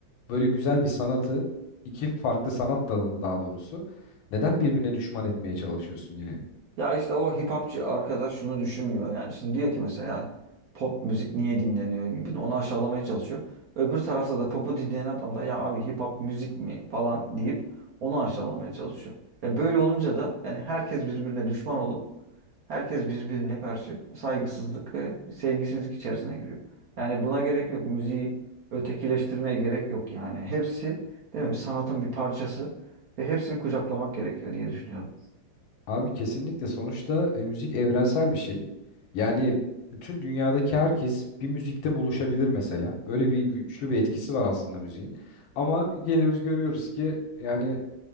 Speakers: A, on the left (about 75°); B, on the right (about 60°).
A: böyle güzel bir sanatı, iki farklı sanat dalını daha doğrusu neden birbirine düşman etmeye çalışıyorsun yani?
B: Ya işte o hip hopçı arkadaş şunu düşünmüyor yani. Şimdi diyor ki mesela yani pop müzik niye dinleniyor? Bir- bir Onu aşağılamaya çalışıyor. Öbür tarafta da popu dinleyen adam da ya abi hip hop müzik mi falan deyip onu aşağılamaya çalışıyor. E böyle olunca da yani herkes birbirine düşman olup herkes birbirine karşı saygısızlık ve sevgisizlik içerisine giriyor. Yani buna gerek yok. Müziği ötekileştirmeye gerek yok yani. Hepsi değil mi? Sanatın bir parçası ve hepsini kucaklamak gerekiyor diye düşünüyorum.
A: Abi kesinlikle sonuçta e, müzik evrensel bir şey. Yani bütün dünyadaki herkes bir müzikte buluşabilir mesela. Öyle bir güçlü bir etkisi var aslında müziğin. Ama geliyoruz görüyoruz ki yani